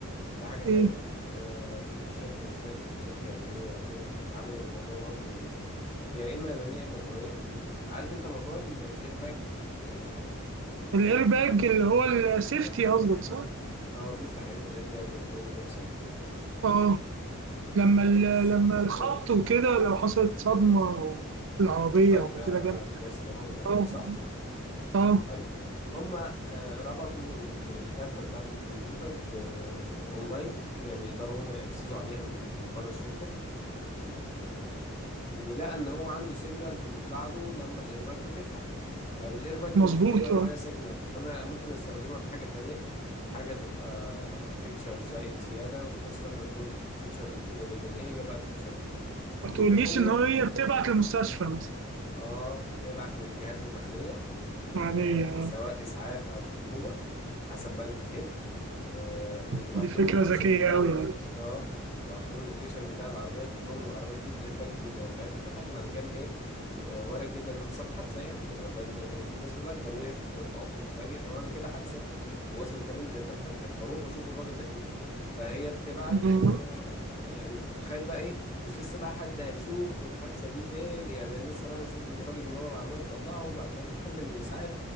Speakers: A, on the left (about 30°); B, on the right (about 55°).
A: في حاجة تانية
B: ايه
A: آه، في شركة مش فاكر كانت شركة يابانية ولا ايه كانت عملت موضوع برضو يا إما يابانية يا إما كورية عارف أنت موضوع ال- الإيرباج آه، في
B: الاير
A: كل
B: باج
A: العربيات
B: اللي هو السيفتي
A: بيفتح إمتى؟
B: قصدك صح؟
A: اه بيفتح إمتى الإيرباج ولا ايه اللي بيحصل؟
B: اه
A: مش
B: لما
A: لما
B: ال-
A: تدوس
B: لما الخبط
A: آه
B: وكده لو حصلت صدمة او العربية
A: مفاجأة
B: او كده جنب
A: أو داس فرامل أو كده
B: اه
A: صح؟
B: اه
A: طيب هما آه، ربطوا ال- الكارتة بتاعة الكمبيوتر ب- أونلاين يعني يقدروا هما يأكسسوا عليها من مقر الشركة آه، ولقى ان هو عنده سيجنال بتطلع له لما الايرباك بتفتح طيب الايرباك لما
B: مظبوط
A: فتحت وانا
B: اه
A: معايا سيجنال فانا ممكن استخدمها في حاجه تانية حاجه تبقى فيتشر زي زياده وفي نفس الوقت هتكون فيتشر مفيده جدا ايه هي بقى الفيتشر دي
B: ما تقوليش
A: ان هو
B: ان هي بتبعت للمستشفى مثلا
A: اه تبعت للجهات المعنية آه
B: يعني آه،
A: سواء إسعاف أو الحكومة فحسب بقى أنت فين آه وتبعت
B: دي فكرة
A: لهم اللوكيشن
B: ذكية
A: بتاعك
B: أوي يعني
A: اه تبعت لهم اللوكيشن بتاع العربية تقول لهم العربية دي الإيرباج بتاعتها فتحت معنى كان إيه و- آه، وارد جدا إن حصل حادثة يعني آه، ده النسبة الأكبر وقف توقف مفاجئ فمعنى كده حادثة ووصل كمان الإيرباج فتحت فروحوا شوفوا الراجل ده <laughs> فهي بتبعت
B: ب-
A: آه، يعني انت متخيل بقى ايه مش لسه بقى حد هيشوف والحادثه دي فين يعني احنا لسه بقى نشوف ان الراجل اللي هو العربيه نطلعه وبعد كده نكلم الاسعاف